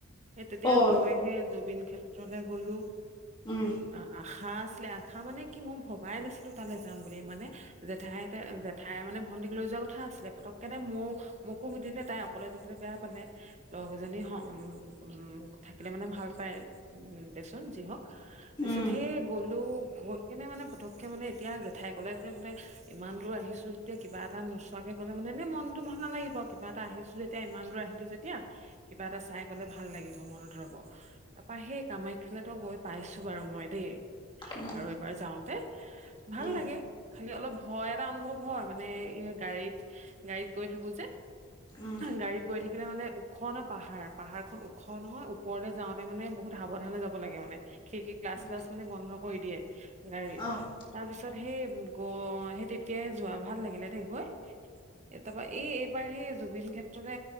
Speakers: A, on the right; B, on the left.
A: সেই তেতিয়া
B: অ',
A: গৈ সে জুবিন ক্ষেত্ৰলে গ'লো।
B: উম,
A: অ', অ'। আশা আছিলে, আশা মানে, কি মই ভবাই নাছিলো তালৈ যাম বুলি মানে। জেঠাই-জেঠাই মানে ভণ্টিক লৈ যোৱা ক'থা আছিলে, পতকে নাই মোক মোকো সুধিলে। তাই অকলে যাবলৈ বেয়া পালে। লগ এজনী উ উম থাকিলে মানে, ভাল পায় দেচোন যি হওঁক। তাৰপিছত
B: উম,
A: সেই গ'লো গৈ কেনে মানে, পতককে মানে এতিয়া জেঠাই কলে যে বোলে ইমান দূৰ আহিছো, যেতিয়া কিবা এটা নোচোৱাকে গ'লে মানে, এনে মনতো ভাল নালাগিব, কিবা এটা আহিছো যে তেতিয়া ইমান দূৰ আহিলো যেতিয়া, কিবা এটা চাই গলে ভাল লাগিব মনত ৰব। তাৰাপা সেই কামাখ্যা লৈ তো গৈ পাইছো বাৰু মই দেই।
B: উম,
A: আৰু এবাৰ যাওঁতে ভাল
B: উম,
A: লাগে। খালি অলপ ভয় এটা অনুভৱ হয় মানে, এই গাড়ীত-গাড়ীত গৈ থাকো যে।
B: উম,
A: গাড়ীত গৈ থাকিলে মানে ওখ ন পাহাৰ-পাহাৰ খন ওখ নহয়, ওপৰলে যাওঁতে মানে, বহুত সাৱধানে যাব লাগে মানে। খিৰিকি গ্লাছ
B: উম,
A: ছাল্লছ মানে বন্ধ কৰি দিয়ে গাড়ীৰ।
B: অ',
A: তাৰ পিছত সেই গ সেই তেতিয়াই যোৱা, ভাল লাগিলে দে গৈ। এ, তাৰপা এই এইবাৰ হে জুবিন খেত লে